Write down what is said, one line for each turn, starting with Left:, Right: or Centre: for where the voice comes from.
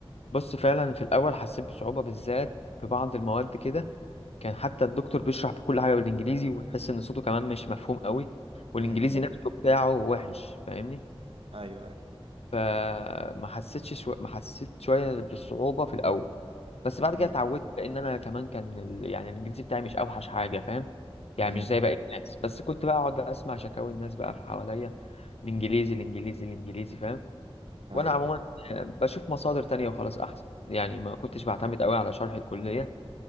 Left: بص فعلا في الاول حسيت بصعوبة بالذات في بعض المواد كده كان حتى الدكتور بيشرح بكل حاجة بالإنجليزي وتحس إن صوته كمان مش مفهوم قوي والإنجليزي
Right: امم
Left: نفسه بتاعه وحش فاهمني
Right: ايوه ايوه
Left: فما حسيتش شو... ما حسيت شوية بالصعوبة في الأول بس بعد كده
Right: امم
Left: اتعودت لأن أنا كمان كان ال... يعني الإنجليزي بتاعي مش أوحش حاجة فاهم يعني
Right: امم
Left: مش زي باقي الناس بس كنت بقى أقعد أسمع شكاوي الناس بقى في حواليا الإنجليزي الإنجليزي الإنجليزي فاهم
Right: ايوه
Left: وأنا عموما
Right: ايوه
Left: آه، بشوف مصادر تانية وخلاص أحسن يعني ما كنتش بعتمد قوي على شرح الكلية